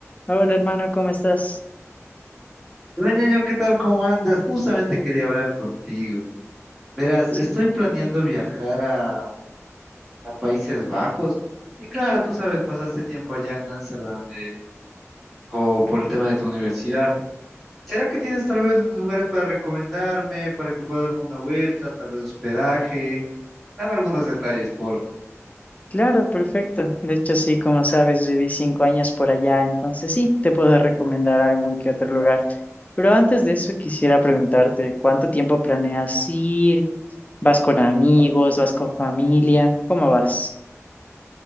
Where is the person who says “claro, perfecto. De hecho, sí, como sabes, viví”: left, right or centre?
Left